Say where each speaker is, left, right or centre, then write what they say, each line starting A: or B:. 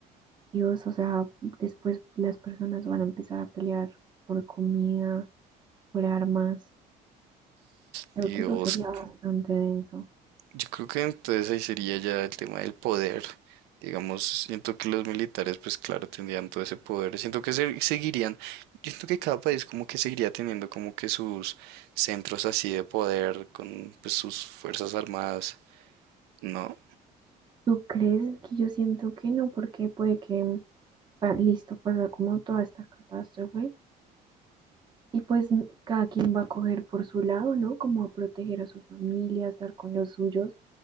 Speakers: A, on the right; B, on the right.
A: Dios, o sea, después las personas van a empezar a pelear por comida, por armas. Creo
B: Dios,
A: que eso sería bastante denso.
B: Yo creo que entonces ahí sería ya el tema del poder. Digamos, siento que los militares, pues claro, tendrían todo ese poder. Siento que se- seguirían, yo siento que cada país como que seguiría teniendo como que sus centros así de poder con pues sus fuerzas armadas, ¿no?
A: ¿Tú crees que yo siento que no? Porque puede que, o sea, listo, pasa como toda esta catástrofe y pues n- cada quien va a coger por su lado, ¿no? Como a proteger a su familia, a estar con los suyos.